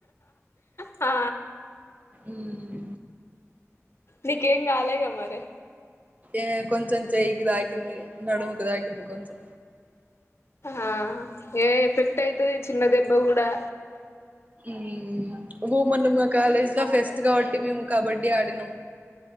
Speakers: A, on the left; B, on the right.
A: ఆ
B: మ్మ్
A: నీకేం కాలేగా మరి
B: ఏ కొంచెం చెయ్యికి తాకింది నడుముకి తాకింది కొంచెం
A: ఆ ఏ ఎఫెక్ట్ అయితది చిన్న దెబ్బ కూడాడా
B: ఉమ్ బుమాన్ అన్నా మా కాలేజ్ లో ఫెస్ట్ కాబట్టి మేము కబడ్డీ ఆడినాం